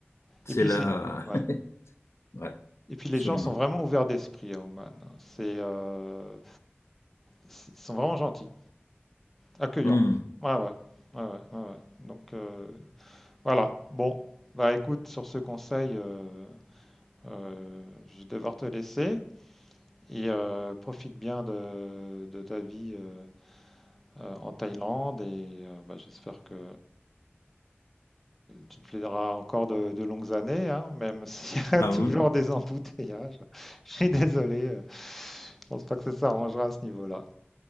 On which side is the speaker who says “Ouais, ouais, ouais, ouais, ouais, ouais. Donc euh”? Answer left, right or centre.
Centre